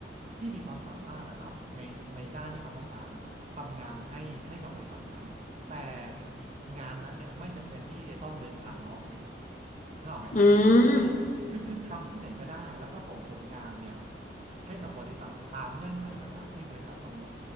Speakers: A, on the right; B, on the left.
A: ที่มีความสามารถนะครับในในด้านที่เขาต้องการนะทำงานให้ให้กับบริษัทนั้นแต่งานนั้นเนี่ยไม่จำเป็นที่จะต้องเดินทางมาออฟฟิศเข้าใจไหมครับอ่าคือคือทำที่ไหนก็ได้แล้วก็ส่งผลงานเนี่ย
B: อืม
A: ให้กับบริษัทตามเงื่อนไขต่างๆที่บริษัทกำหนด